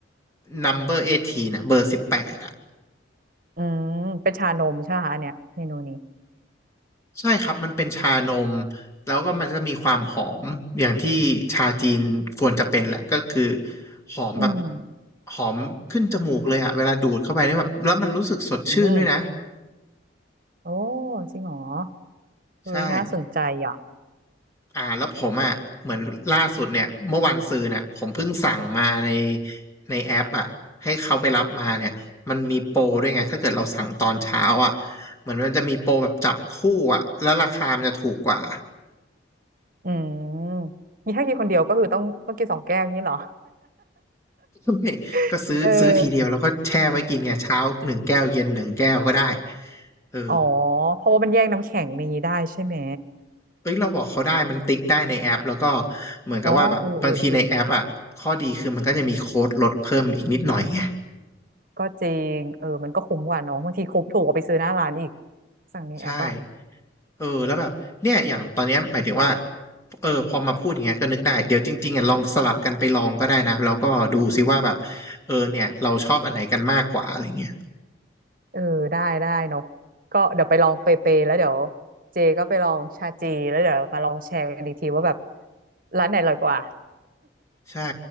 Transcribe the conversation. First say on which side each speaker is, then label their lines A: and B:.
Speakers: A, on the left (about 15°); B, on the right (about 45°).
A: number 1เบอร์สิบแปดเน่ยเบอร์สิบแปด
B: อืมเป็นชานมใช่ไหมคะอันเนี้ยเมนูนี้
A: ใช่ครับมันเป็นชานมแล้วก็มันจะมีความหอมอย่างที่ชาจีนควรจะเป็นแหละก็คือหอมแบบ
B: อืม
A: หอมขึ้นจมูกเลยอะเวลาดูดเข้าไปนี่แบบแล้วมันรู้สึกสดชื่นด้วยนะ
B: อืมโอ้จริงเหรอเฮ้ยน่าสนใจอ่ะ
A: ใช่อ่าแล้วผมอะเหมือนล่าสุดเนี่ยเมื่อวันซืนเนี่ยผมเพิ่งสั่งมาในในแอปอะให้เขาไปรับมาเนี่ยมันมีโปรด้วยไงถ้าเกิดเราสั่งตอนเช้าอะเหมือนมันจะมีโปรแบบจับคู่อะแล้วราคามันจะถูกกว่า
B: อืมมีถ้ากินคนเดียวก็คือต้องต้องกินสองแก้วนี้เหรอ
A: <laughs> ไม่ก็ซื้อซื้อทีเดียวแล้วก็แช่ไว้กินไงเช้าหนึ่งแก้วเย็นหนึ่งแก้วก็ได้
B: <laughs> เออ
A: เออ
B: อ๋อเพราะว่ามันแย่งน้ำแข็งนี้ได้ใช่ไหม
A: เอ้ยเราบอกเขาได้มันติ๊กได้ในแอปแล้วก็เหมือนกับว่าแบบบางทีในแอปอ่ะข้อดีคือมันก็จะมีโค้ดลดเพิ่มอีกนิดหน่อยไง
B: อ๋อเออเออเออเนอะก็จริงเออมันก็คุ้มกว่าเนอะบางทีคุ้มถูกกว่าไปซื้อหน้าร้านอีกสั่งในแอปอะ
A: ใช่เออแล้วแบบเนี่ยอย่างตอนเนี้ยหมายถึงว่าเออพอมาพูดอย่างเงี้ยก็นึกได้เดี๋ยวจริงๆอ่ะลองสลับกันไปลองก็ได้นะแล้วก็ดูซิว่าแบบเออเนี่ยเราชอบอันไหนกันมากกว่าอะไรเงี้ย
B: เออได้ได้เนอะก็เดี๋ยวไปลองเปเปแล้วเดี๋ยวเจก็ไปลองชาจีแล้วเดี๋ยวมาลองแชร์กันอีกทีว่าแบบร้านไหนอร่อยกว่า
A: ใช่